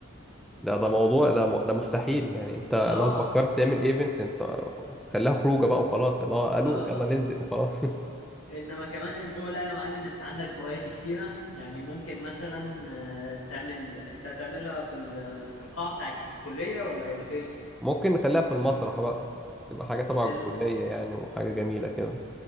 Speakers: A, in the centre; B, on the left.
A: ده ده موضوع ده م- ده مستحيل يعني انت
B: اه
A: لو فكرت تعمل ايفنت انت خليها خروجه بقى وخلاص اللي هو قالوا
B: اه
A: يلا ننزل وخلاص <laughs>
B: انما كمان اسبوع لا يا معلم انت عندك فرايتي كتيره يعني ممكن مثلا آه، تعمل انت هتعملها في ال... في القاعه بتاع الكليه ولا هيبقى فين
A: ممكن نخليها في المسرح بقى تبقى حاجه تبع
B: في
A: الكليه
B: المسرح
A: يعني وحاجه جميله كده